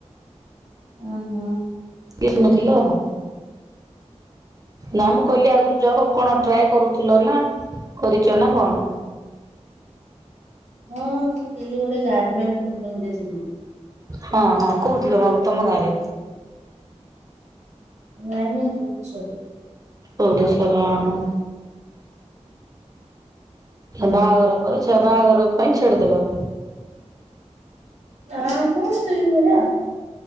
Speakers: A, on the right; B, on the right.
A: ଉ ହୁଁ।
B: କିଏ <unintelligible> ଶୁଣିଥିଲ ନା ମୁଁ କହିଲି ଆଗରୁ ଜ ସବୁ କଣ ଟ୍ରାଏ କରୁଥିଲ ନା କରିଚ ନା କଣ?
A: ହଁ ମୁଁ ଥିଲି ଗୋଟେ ଗାର୍ମେଣ୍ଟ କମ୍ପାନୀରେ ଥିଲି।
B: ହଁ ହଁ କୋଉଠି ତମ ତମ ଗାଁ ରେ?
A: ନାଇଁ ନାଇଁ ଭୁବନେଶ୍ବର ରେ।
B: ଓଡେଶ୍ୱର୍ ଆ ହାଁ। ବାହାଘର ପରେ ବାହାଘର ପାଇଁ ଛାଡିଦେଲ।
A: <unintelligible> ହଁ ସେ ସେଇଭଳିଆ ଆଉ।